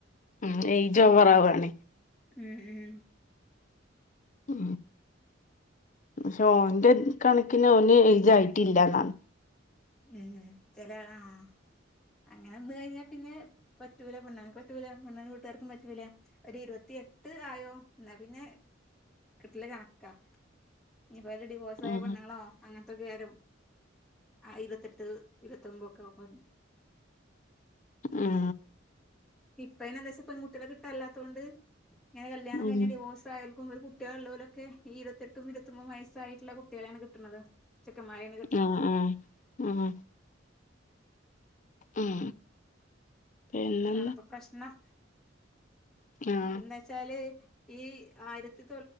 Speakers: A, on the left; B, in the centre.
A: ഉം ഏ ജോ പററാവുണ
B: ഉം ഉം
A: ഉ പക്ഷെ ഓന്റെ കണക്കിന് ഓന് എഴുജായിട്ടില്ലന്നാണ്
B: ഉം ചല ആഹ അങ്ങനെ ഒന്ന കഴിഞ്ഞാൽ പിന്നെ പറ്റൂല പെണ്ണക്ക് പറ്റൂല പെണ്ണൻ വീട്ടുകാർും പറ്റൂല ഒരു ഇരുപത്തി എട്ട് ആയോ എന്നാ പിന്നെ കിട്ടില് കണക്കാ ഇനിപ്പോല് ഡിവോഴ്സ് ആയ
A: ഉം
B: പെണ്ണുങ്ങളോ അങ്ങനത്തൊക്കെ ആരും ആ ഇരുപത്തെട്ട് ഇരുപത്തൊമ്പൊക്കെ ആവു മ്പ
A: ആഹ!
B: ഇപ്പയിനെന്താച്ചാ പെൺകുട്ടികളെ കിട്ടാനില്ലാത്തകൊണ്ട് ഇങ്ങന കല്യാണം
A: ഉം
B: കഴിഞ്ഞ ഡിവോഴ്സായാലും കുട്ടികളൊള്ള പോലൊക്കെ ഈ ഇരുപത്തെട്ടും ഇരുപത്തൊമ്പതും വയസ്സായിട്ടുള്ള കുട്ടികളെയാണ് കിട്ടണത് ചെക്കൻമാരെയാണ് കിട്ടണത്.
A: ആഹ് ആഹ് ഉം ഉം പിന്നെന്താ
B: അതാണിപ്പൊ പ്രശ്നം.
A: ആഹ്
B: ഇപ്പെന്താച്ചാല് ഈ ആയിരത്തിതൊ